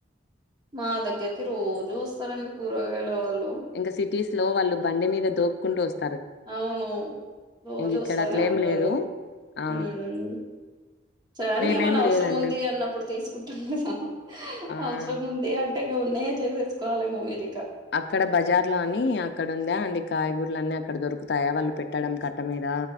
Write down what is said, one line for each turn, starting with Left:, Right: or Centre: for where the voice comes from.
Right: మా దగ్గరికి రోజు వస్తారండి కూరగాయల వాళ్ళు.
Left: ఇంకా సిటీస్ లో వాళ్ళు బండి మీద దోపుకుంటూ వస్.
Right: అవును రోజు
Left: ఇంగిక్కడ
Right: వస్తూనే
Left: అట్లేం
Right: ఉంటారు
Left: లేదు. ఆ
Right: ఉమ్. సడన్గా
Left: మేమేం
Right: ఏమన్నా అవసరం
Left: లేదండి.
Right: ఉంది అన్నప్పుడు తీసుకుంటాం కదా
Left: ఆ
Right: అవసరం ఉంది అం. ఇగా ఉన్నాయే చేసేసుకోవాలమో మీరికా.
Left: అక్కడ బజార్ లో అని అక్కడ ఉందా అండి కాయగూరలు అన్నీ అక్కడ దొరుకుతాయా వాళ్ళు పెట్టాడం కట్ట మీద.